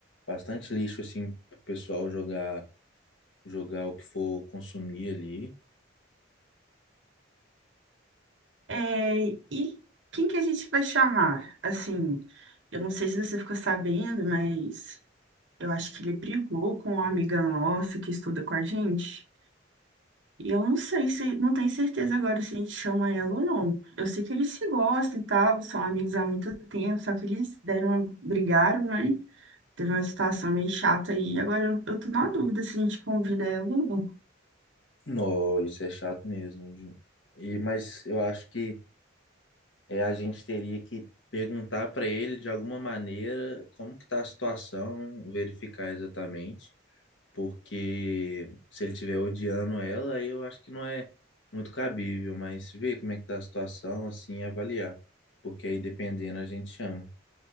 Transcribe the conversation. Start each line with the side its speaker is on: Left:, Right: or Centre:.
Left: bastante lixo, assim, pro pessoal jogar, jogar o que for consumir ali.
Right: É, e quem que a gente vai chamar? Assim, eu não sei se você ficou sabendo, mas Eu acho que ele brigou com uma amiga nossa que estuda com a gente. E eu não sei se, não tenho certeza agora se a gente chama ela ou não. Eu sei que eles se gostam e tal, são amigos há muito tempo, só que eles deram uma, brigaram, né? Teve uma situação meio chata aí. Agora eu, eu tô na dúvida se a gente convida ela ou não.
Left: não isso é chato mesmo, viu? E, mas eu acho que é, a gente teria que perguntar para ele de alguma maneira como que está a situação, verificar exatamente. porque se ele estiver odiando ela, aí eu acho que não é muito cabível, mas ver como é que tá a situação, assim, e avaliar, porque aí dependendo a gente chama.